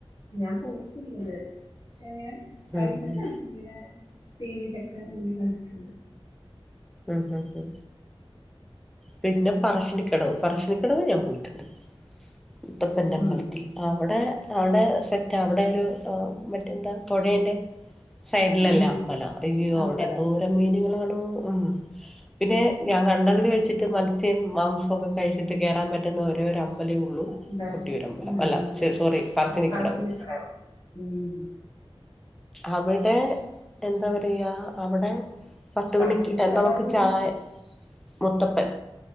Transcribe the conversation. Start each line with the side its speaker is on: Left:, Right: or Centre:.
Left: ഞാൻ പോയിട്ടില്ലത് പക്ഷെൻ
Centre: ഉം
Left: കണ്ടിട്ടണ്ട്
Centre: ഉം
Left: ഇങ്ങനെ ടി വിയിലൊക്കെ ഇ കണ്ടിട്ടുണ്ട്
Centre: ഉം ഉം. പിന്നെ പറശ്ശിനിക്കിടവ് പറശ്ശിനിക്കിടവ ഞാൻ പോയിട്ടുണ്ട്. മുത്തപ്പറ്റമ്പലത്തിൽ
Left: ഉം
Centre: അവിടെ. അവിടെ സെറ്റ് അവിടെ ഒരു മറ്റന്താ പുഴേറെ സൈഡിലല്ലേ
Left: ഉം
Centre: അമ്പലം അറിയോ
Left: അമ്പലം
Centre: അവിടെ എന്തൂരം
Left: ഉം
Centre: മീനുകളണോ ഉ പിന്നെ ഞാൻ കണ്ടതിൽ വെച്ചിട്ട് മത്സമാംസം ഒക്കെ കഴിച്ചിട്ട് കേയറൻ പറ്റുന്ന ഓരോര അമ്മ- അമ്പലേ ഉള്ളൂ
Left: അമ്പലം
Centre: കൊട്ടരമ്പലം
Left: ആ
Centre: അല്ല
Left: അതെ
Centre: സോറി പറശിനിക്കടവ്
Left: പറശ്ശിനിക്കടവ് ഉം
Centre: അവിടെ എന്താ പറയുക അവിടെ പത്ത
Left: പറശ്ശിനിക്കടവ്
Centre: മണിക്ക്- നമു ചായ മുത്തപ്പൻ